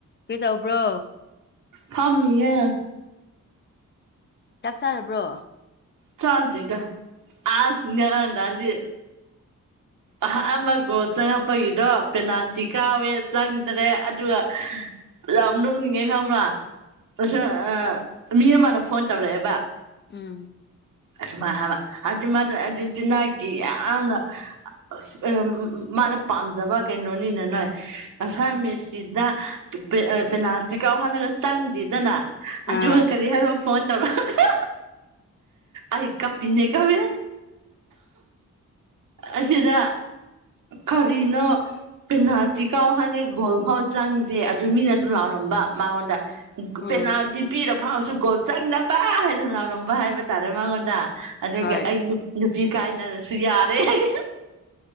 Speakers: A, on the left (about 35°); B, on the right (about 80°).
A: ꯀꯔꯤ ꯇꯧꯕ꯭ꯔꯣ
B: ꯐꯝꯃꯤꯌꯦ
A: ꯆꯥꯛ ꯆꯥꯔꯕ꯭ꯔꯣ
B: ꯆꯥꯗ꯭ꯔꯤꯗ ꯑꯁ ꯉꯔꯥꯡ ꯗꯥꯡꯗꯤ ꯑꯥꯍꯥ ꯑꯃ ꯒꯣꯜ ꯆꯪꯉꯛꯄꯒꯤꯗꯣ ꯄꯦꯅꯥꯜꯇꯤ ꯀꯥꯎꯋꯦ ꯆꯪꯗ꯭ꯔꯦ ꯑꯗꯨꯒ ꯌꯥꯝ ꯅꯣꯛꯅꯤꯡꯉꯦ ꯈꯪꯕ꯭ꯔꯥ ꯇꯁꯑꯥ ꯃꯤ ꯑꯃꯅ ꯐꯣꯟ ꯇꯧꯔꯛꯑꯦꯕ
A: ꯎꯝ
B: ꯑꯁꯨꯃ ꯍꯥꯕ ꯑꯖꯨꯃꯖꯨ ꯑꯦꯔꯖꯦꯟꯇꯤꯅꯥꯒꯤ ꯌꯥꯝꯅ ꯑꯁ ꯑꯣꯏꯑꯝ ꯃꯥꯅ ꯄꯥꯝꯖꯕ ꯀꯩꯅꯣꯅꯤꯅ ꯅꯣꯏ ꯉꯁꯥꯏ ꯃꯦꯁꯤꯗ ꯄꯔꯦ ꯑ ꯄꯦꯅꯥꯜꯇꯤ ꯀꯥꯎꯍꯜꯂꯒ ꯆꯪꯗꯦꯗꯅ
A: ꯑꯥ
B: ꯑꯗꯨꯒ ꯀꯔꯤ ꯍꯥꯏꯕ ꯐꯣꯟ ꯇꯧꯔꯛꯑꯒ ꯑꯩ ꯀꯥꯞꯄꯤꯅꯦ ꯀꯋꯦ ꯑꯁꯤꯗ ꯀꯔꯤꯅꯣ ꯄꯦꯅꯥꯜꯇꯤ ꯀꯥꯎꯍꯜꯂꯤ ꯒꯣꯜ ꯐꯥꯎ ꯆꯪꯗꯦ ꯑꯗꯨ ꯃꯤꯅꯁꯨ ꯂꯥꯎꯔꯝꯕ ꯃꯉꯣꯟꯗ
A: ꯎꯝ
B: ꯄꯦꯅꯥꯜꯇꯤ ꯄꯤꯔ ꯐꯥꯎꯔꯁꯨ ꯒꯣꯜꯁꯨ ꯆꯟꯗꯕ ꯍꯥꯏꯅ ꯂꯥꯎꯔꯝꯕ ꯍꯥꯏꯕ ꯇꯥꯔꯦ ꯃꯉꯣꯟꯗ ꯑꯗꯨꯒꯤ
A: ꯍꯣꯏ
B: ꯑꯩ ꯅꯨꯞ ꯅꯨꯄꯤ ꯀꯥꯏꯅꯔꯁꯨ ꯌꯥꯔꯦ ꯍꯩ